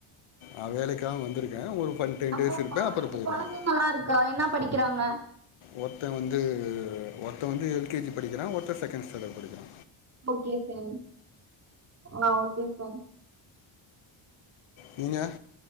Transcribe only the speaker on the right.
அப்போ
பா
கொழந்தைங்கல்லா இருக்கா என்னா படிக்குறாங்க
ஓகே ஃபிரண்ட் ஆஹ் ஓகே ஃபிரண்ட்